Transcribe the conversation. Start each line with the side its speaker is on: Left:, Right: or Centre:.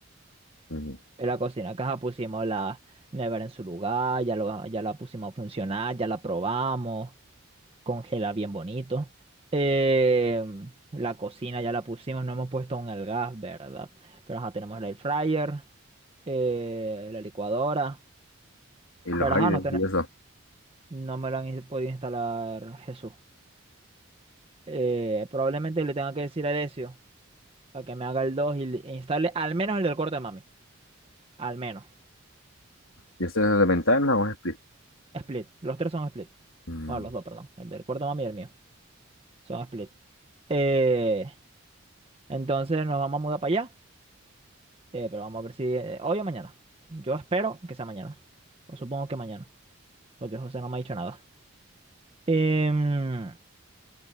Left: Ujú.
Right: Es la cocina, que ajá, pusimos la nevera en su lugar, ya, lo, ya la pusimos a funcionar, ya la probamos. congela bien bonito. Eh, la cocina ya la pusimos, no hemos puesto aún el gas, ¿verdad? Pero ajá, tenemos el air fryer, eh, la licuadora.
Left: Y los
Right: Pero
Left: aires
Right: ajá, no, tene-
Left: y eso.
Right: no me lo han ins- podido instalar Jesús. Eh, probablemente le tenga que decir a Decio para que me haga el 2 y le- e instale al menos el del corte de mami. Al menos.
Left: ¿Y eso es de ventana o es split?
Right: Split. Los tres son split.
Left: Mm.
Right: Bueno, los dos, perdón. El del cuarto de mami y el mío. Son split. Eh, entonces nos vamos a mudar para allá. Eh, pero vamos a ver si eh, hoy o mañana. Yo espero que sea mañana. O supongo que mañana, porque José no me ha dicho nada. Em,